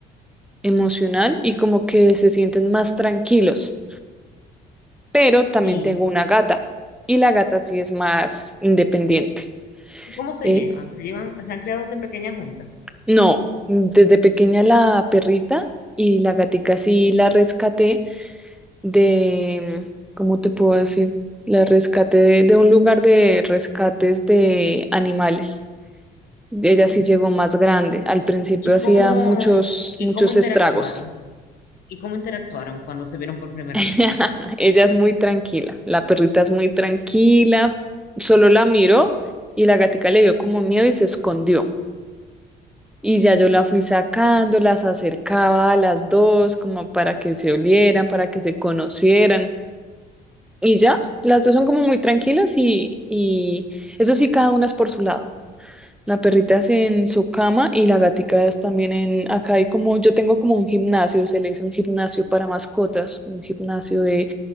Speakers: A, in the centre; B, on the left (about 65°).
A: emocional y como que se sienten más tranquilos pero también
B: Sí.
A: tengo una gata y la gata sí es más independiente.
B: ¿Y cómo se
A: Eh,
B: llevan? ¿Se llevan, se han creado desde pequeñas juntas?
A: no, desde pequeña la perrita y la gatica sí la rescaté de, ¿cómo te puedo decir? La rescaté de, de un lugar de rescates de animales. Ella
B: Ok.
A: sí llegó más grande. Al principio
B: ¿Y
A: hacía
B: cómo,
A: muchos,
B: y
A: muchos
B: cómo interactuaron?
A: estragos.
B: ¿Y cómo interactuaron cuando se vieron por primera
A: <laughs>
B: vez?
A: Ella es muy tranquila, la perrita es muy tranquila, solo la miró y la gatica le dio como miedo y se escondió. Y ya yo la fui sacando, las acercaba a las dos como para que se olieran, para que se conocieran. Y ya, las dos son como muy tranquilas y, y eso sí, cada una es por su lado. La perrita es en su cama y la gatica es también en, acá hay como, yo tengo como un gimnasio, se le dice un gimnasio para mascotas, un gimnasio de